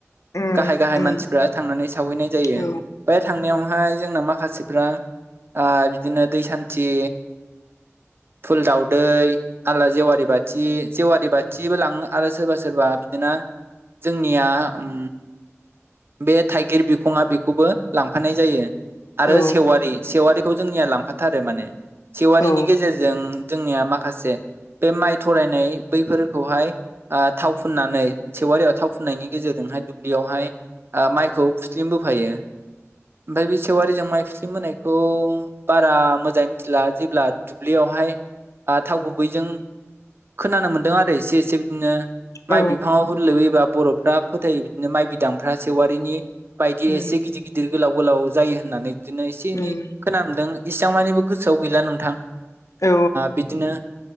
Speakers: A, on the left; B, on the right.
A: उम
B: गाहाय गाहाय
A: उम
B: मानसिफ्रा थांनानै सावहैनाय जायो
A: औ
B: बे थांनायावहाय जोंना माखासेफ्रा बिदिनो दै सान्थि फुल दाावदै आलारि जेवारि बाथि जेवारि बाथ खाथिबो लाङो आरो सोरबा सोरबा बिदिनो जोंनिया उम बे थाइगिर बिखंङा बेखौबो लांफानाय जायो आरो
A: औ
B: सेवारि सेवारि खौ जोंनिया लांफाथारो माने सेवारिनि
A: औ
B: गेजेरजों जोंनिया माखासे बे माइ थरायनाय बैफोरखौहाय थाव फुननानै सेेवारियाव थाव फुननायनि गेजेरजों दुब्लियावहाय माइखौ फुस्लिम बोफायो ओमफ्राय बे सेवारिजों माइ फि्लि होनायखौ बारा मोजाङै मिथिला जेब्ला दुब्लियाव बेहाय थाव गुबैजों खोनानो मोन्दों आरो एसे एसे बिदिनो
A: औ
B: माइ बिफांव होन लोबबोयोबा बर'फ्रा फोथायो बिदिनो माइ बिदांफ्रा सेवारिनि बायदि
A: उम
B: एसे गिदिर गिदिर गोलाव गोलाव जायो होननानै बिदिनो एसे एनै
A: उम
B: खोनदों इसेबां मानिबो गोसोआव गैला नोंथां
A: औ
B: बिदिनो